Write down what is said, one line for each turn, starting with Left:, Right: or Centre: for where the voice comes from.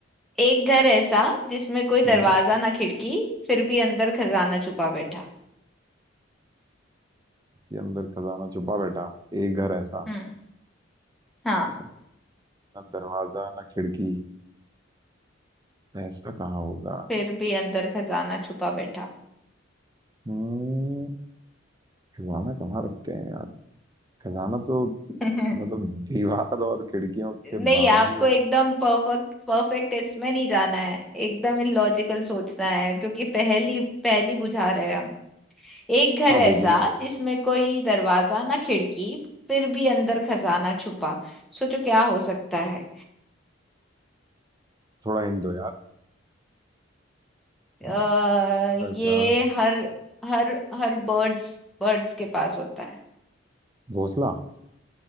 Centre: एक घर ऐसा जिसमें कोई
Right: हम्म
Centre: दरवाजा ना खिड़की फिर भी अंदर खजाना छुपा बैठा
Right: ये अंदर खजाना छुपा बैठा एक घर ऐसा
Centre: हम्म हाँ
Right: ना दरवाजा ना खिड़की ऐसा कहाँ होगा
Centre: फिर भी अंदर खजाना छुपा बैठा
Right: हम्म, खजाना कहाँ रखते हैं यार खजाना तो
Centre: <laughs>
Right: मतलब दीवार और खिड़कियों के
Centre: नहीं
Right: बाद
Centre: आपको
Right: ही हो-
Centre: एकदम परफेक्ट परफेक्ट इसमें नहीं जाना है एकदम इलॉजिकल सोचना है क्योंकि पहली पहली बुझा रहे हैं हम एक घर
Right: हाँ
Centre: ऐसा
Right: वो भी है
Centre: जिसमें कोई दरवाजा ना खिड़की फिर भी अंदर खजाना छुपा सोचो क्या हो सकता है
Right: थोड़ा हिंट दो यार
Centre: अ
Right: थोड़ा
Centre: ये
Right: सा
Centre: हर हर हर बर्ड्स बर्ड्स के पास होता है
Right: घोंसला